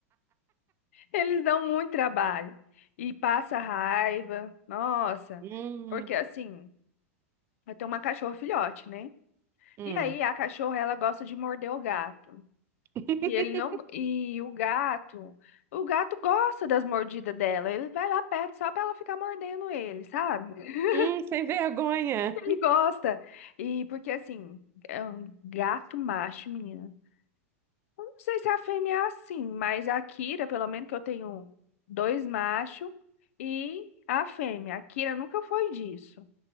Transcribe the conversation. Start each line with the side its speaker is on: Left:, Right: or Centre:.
Left: Eles dão muito trabalho e passa raiva. Nossa,
Right: Hum,
Left: porque assim, eu tenho uma cachorra filhote, né?
Right: hum.
Left: E aí a cachorra ela gosta de morder o gato.
Right: <laughs>
Left: E ele não. E o gato. O gato gosta das mordidas dela. Ele vai lá perto só pra ela ficar mordendo ele, sabe? <laughs>
Right: Hum, sem vergonha.
Left: Ele gosta. E porque assim, é um gato macho, menina. Não sei se a fêmea é assim, mas a Kira, pelo menos que eu tenho dois machos e a fêmea. A Kira nunca foi disso.